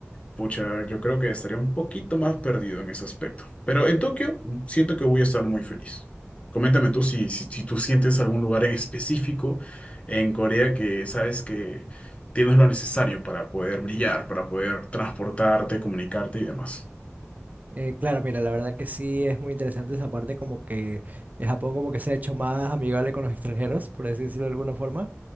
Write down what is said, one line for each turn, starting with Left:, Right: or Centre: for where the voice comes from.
Left: pucha, yo creo que estaría un poquito más perdido en ese aspecto. Pero en Tokio mm, siento que voy a estar muy feliz. Coméntame tú si, si, si tú sientes algún lugar en específico en Corea que sabes que tienes lo necesario para poder brillar, para poder transportarte, comunicarte y demás.
Right: Eh, claro, mira, la verdad que sí es muy interesante esa parte, como que eh, Japón como que se ha hecho más amigable con los extranjeros, por así decirlo de alguna forma.